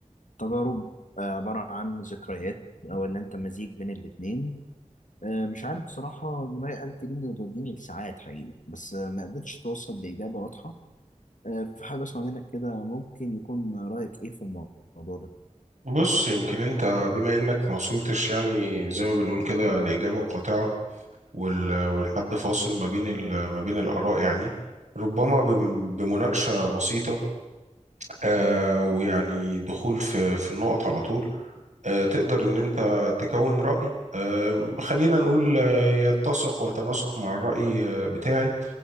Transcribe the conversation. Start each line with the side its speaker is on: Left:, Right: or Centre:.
Left: تجارب آه، عبارة عن ذكريات أو اللي أنت مزيج بين الاتنين آه، مش عارف بصراحة دماغي قالت تجيبني وتوديني لساعات حقيقي بس آه، ما قدرتش توصل لإجابة واضحة آه، فحابب أسمع منك كده ممكن يكون رأيك إيه في الموضوع ده؟
Right: بص يمكن انت بما انك ما وصلتش يعني زي ما بنقول كده لإجابة قاطعة وال- والحد فاصل ما بين ال- ما بين الآراء يعني ربما بم- بمناقشة بسيطة آه ويعني دخول في في النقط على طول آه تقدر ان انت تكون رأي آه خلينا نقول آه، يتسق ويتناسق مع الرأي آه، بتاعي